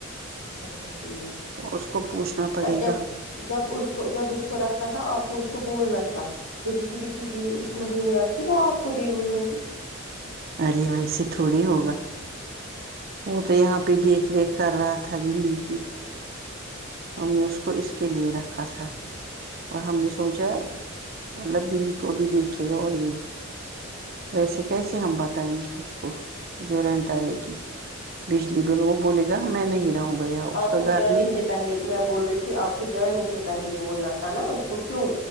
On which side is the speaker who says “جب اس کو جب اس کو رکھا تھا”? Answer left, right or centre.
Left